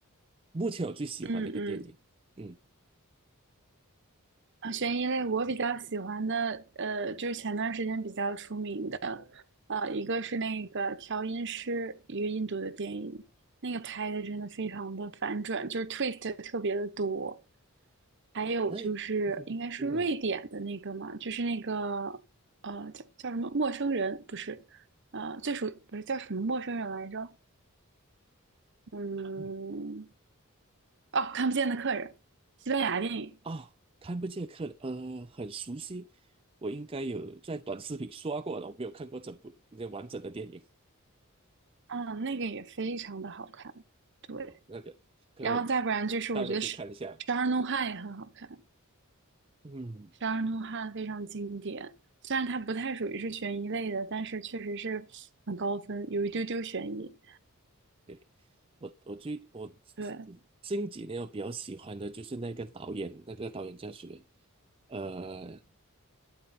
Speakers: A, on the right (about 25°); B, on the right (about 55°).
A: 目前我最喜欢的一个电影，
B: 嗯嗯
A: 嗯，
B: 啊，悬疑类我比较喜欢的，呃，就是前段时间比较出名的，呃，一个是那个《调音师》，一个印度的电影，那个拍的真的非常的反转，就是 twist 特别的多。还有就是应该是瑞典的那个嘛，
A: 哎，嗯嗯
B: 就是那个呃叫叫什么陌生人，不是，呃最熟不是叫什么陌生人来着？嗯，
A: 嗯
B: 哦，看不见的客人，西班牙电影，
A: 啊，看不见客人呃，很熟悉，我应该有在短视频刷过了，我没有看过整部那完整的电影。
B: 嗯，那个也非常的好看，对。
A: 我那个可能我
B: 然后再不然就是我觉得是《十二怒汉》也很好看，
A: 待会去看一下。嗯，
B: 《十二怒汉》非常经典。虽然它不太属于是悬疑类的，但是确实是很高分，有一丢丢悬疑。
A: 对，我我最我
B: 对，
A: 近几年我比较喜欢的就是那个导演，那个导演叫什么？呃，